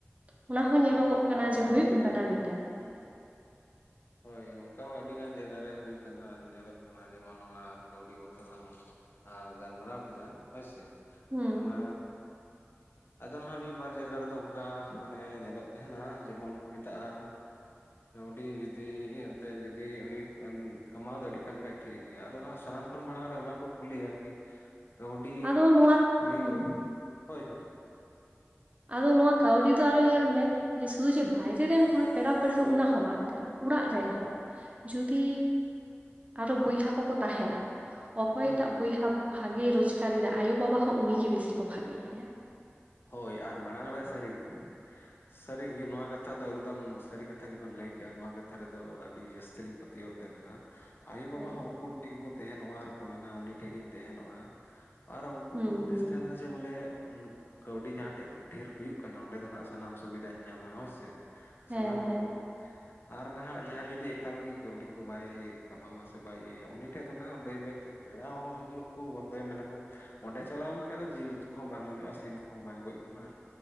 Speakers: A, on the right (about 30°); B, on the left (about 55°).
A: ᱚᱱᱟ ᱦᱚᱸ ᱧᱮᱞᱚᱜᱚᱜ
B: ᱦᱳᱭ ᱦᱳᱭ
A: ᱠᱟᱱᱟ
B: ᱚᱱᱠᱟ
A: ᱡᱮ
B: ᱦᱚᱸ
A: ᱦᱩᱭᱩᱜ
B: ᱟᱹᱰᱤ ᱜᱟᱱ
A: ᱠᱟᱱᱟ ᱱᱤᱛᱟᱹᱱᱤᱡ
B: ᱦᱩᱸ ᱦᱳᱭ ᱚᱱᱠᱟ ᱦᱚᱸ ᱟᱹᱰᱤ ᱜᱟᱱ ᱡᱟᱭᱜᱟ ᱨᱮ ᱦᱩᱭ ᱟᱠᱟᱱᱟ ᱟᱨ ᱧᱮᱞᱚᱜ ᱠᱟᱱᱟ ᱡᱮᱢᱚᱱ ᱚᱱᱟ ᱠᱟᱹᱣᱰᱤ ᱵᱟᱠᱷᱨᱟᱞᱟᱝ ᱟᱨ ᱜᱟᱞᱢᱟᱨᱟᱣ ᱠᱮᱫᱟ ᱦᱳᱭᱥᱮ
A: ᱦᱩᱸ
B: ᱚᱱᱟ ᱟᱫᱚ ᱱᱟᱦᱟᱜ ᱢᱤᱫ ᱵᱟᱨ ᱡᱟᱭᱜᱟ ᱨᱮᱫᱚ ᱚᱱᱠᱟ ᱢᱟᱱᱮ ᱧᱮᱞᱚᱜ ᱛᱟᱦᱮᱱᱟ ᱡᱮᱢᱚᱱ ᱠᱚ ᱢᱮᱛᱟᱜᱼᱟ ᱟᱹᱰᱤ ᱡᱩᱫᱤ ᱮᱱᱛᱮ ᱡᱩᱫᱤ ᱩᱱᱤ ᱠᱟᱢᱟᱣ ᱫᱟᱲᱮᱭᱟᱜ ᱠᱟᱱ ᱠᱷᱟᱡ ᱴᱷᱤᱠ ᱜᱮᱭᱟ ᱟᱫᱚ ᱦᱟᱜ ᱥᱟᱱᱟᱢ ᱠᱷᱚᱱ ᱢᱟᱲᱟᱝ ᱨᱮ ᱚᱱᱟ ᱠᱚ ᱠᱩᱞᱤ ᱟᱨᱠᱤ ᱠᱟᱹᱣᱰᱤ
A: ᱟᱫᱚ ᱱᱚᱣᱟ
B: ᱩᱱᱤ
A: ᱦᱩᱸ
B: ᱦᱳᱭ ᱦᱳᱭ
A: ᱟᱫᱚ ᱱᱚᱣᱟ ᱠᱟᱹᱣᱰᱤ ᱫᱚ ᱟᱨᱚ ᱧᱮᱞ ᱢᱮ ᱡᱮ ᱥᱩᱫᱷᱩ ᱡᱮ ᱵᱟᱭᱨᱮ ᱨᱮᱱ ᱦᱚᱲ ᱯᱮᱲᱟ ᱯᱟᱹᱲᱦᱟᱹ ᱚᱱᱟ ᱦᱚᱸ ᱵᱟᱝ ᱠᱟᱱᱟ ᱚᱲᱟᱜ ᱨᱮᱱ ᱦᱚᱸ ᱡᱩᱫᱤ ᱟᱨᱦᱚ ᱵᱚᱭᱦᱟ ᱠᱚᱠᱚ ᱛᱟᱦᱮᱱᱟ ᱚᱠᱚᱭᱴᱟᱜ
B: ᱦᱩᱸ ᱦᱩᱸ
A: ᱵᱚᱭᱦᱟ ᱵᱷᱟᱜᱮᱭ ᱨᱳᱡᱜᱟᱨᱮᱫᱟ ᱟᱭᱳᱼᱵᱟᱵᱟ ᱦᱚᱸ ᱩᱱᱤ ᱜᱮ ᱵᱤᱥᱤ ᱠᱚ ᱵᱷᱟᱜᱮᱭᱟᱭᱟ
B: ᱦᱳᱭ ᱟᱨ ᱢᱟᱲᱟᱝ ᱨᱮ ᱥᱟᱹᱨᱤᱜᱮ ᱥᱟᱹᱨᱤᱜᱮ ᱱᱚᱣᱟ ᱠᱟᱛᱷᱟ ᱫᱚ ᱮᱠᱫᱚᱢ ᱥᱟᱹᱨᱤ ᱠᱟᱛᱷᱟ ᱜᱮᱵᱮᱱ ᱞᱟᱹᱭ ᱠᱮᱫᱼᱟ ᱱᱚᱣᱟ ᱠᱟᱛᱷᱟ ᱨᱮᱫᱚ ᱟᱹᱰᱤ ᱡᱟᱹᱥᱛᱤ ᱞᱤᱧ ᱯᱟᱹᱛᱭᱟᱹᱣᱟᱜ ᱱᱟ ᱟᱭᱳᱼᱵᱟᱵᱟ
A: ᱦᱮᱸ
B: ᱦᱚᱸ ᱩᱱᱠᱩ ᱴᱷᱮᱡ ᱜᱮᱠᱚ ᱛᱟᱦᱮᱱᱚᱜᱼᱟ ᱟᱨᱠᱚ ᱢᱮᱱᱟ ᱩᱱᱤ ᱴᱷᱮᱡ ᱜᱤᱧ ᱛᱟᱦᱮᱱᱚᱜᱼᱟ ᱟᱨ ᱩᱱᱠᱩ
A: ᱦᱩᱸ
B: ᱠᱚ ᱦᱩᱫᱤᱥ
A: ᱦᱩᱸ
B: ᱛᱟᱦᱮᱱᱟ ᱡᱮ ᱵᱚᱞᱮ ᱠᱟᱹᱣᱰᱤ ᱡᱟᱦᱟᱸᱴᱷᱮᱡ ᱰᱷᱮᱨ ᱦᱩᱭᱩᱜ ᱠᱟᱱᱟ ᱚᱸᱰᱮ ᱫᱚ ᱦᱜ ᱥᱟᱱᱟᱢ ᱥᱩᱵᱤᱫᱷᱟᱧ ᱧᱟᱢᱟ ᱦᱳᱭ ᱥᱮ ᱥᱟᱱᱟᱢ
A: ᱦᱮᱸ
B: ᱨᱚᱠᱚᱢ
A: ᱦᱮᱸ
B: ᱟᱨ ᱱᱟᱦᱟᱜ ᱡᱟᱦᱟᱸᱭ ᱡᱩᱫᱤ ᱮᱠᱟᱞ ᱜᱮ ᱠᱟᱹᱣᱰᱤ ᱠᱚ ᱵᱟᱭ ᱠᱟᱢᱟᱣᱟ ᱥᱮ ᱵᱟᱭ ᱤᱭᱟᱹᱭᱟ ᱩᱱᱤ ᱴᱷᱮᱡ ᱫᱚ ᱱᱟᱦᱟᱜ ᱵᱟᱹᱭ ᱵᱟᱹᱭᱛᱮ ᱯᱮᱲᱟ ᱦᱚᱲ ᱦᱤᱡᱩᱜᱼᱟᱠᱚ ᱵᱚᱱᱫᱚᱭᱟ ᱢᱮᱱᱟᱠᱚ ᱚᱸᱰᱮ ᱪᱟᱞᱟᱣ ᱞᱮᱱᱠᱷᱟᱱᱡ ᱫᱚ ᱡᱤᱞ ᱩᱛᱩ ᱠᱚᱦᱚᱸ ᱵᱟᱝ ᱦᱩᱭᱩᱜᱭᱼᱟ ᱥᱤᱢ ᱠᱚᱦᱚᱸ ᱵᱟᱭ ᱜᱚᱡᱽ ᱵᱚᱱᱟ